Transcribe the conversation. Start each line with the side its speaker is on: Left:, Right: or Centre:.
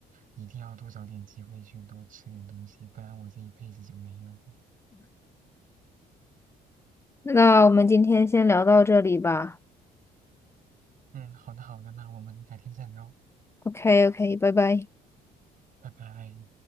Right: 一定要多找点机会去多吃点东西，不然我这一辈子就没了。
Left: 那我们今天先聊到这里吧。
Right: 嗯，好的好的，那我们改天再聊，
Left: OK OK，拜拜。
Right: 拜拜。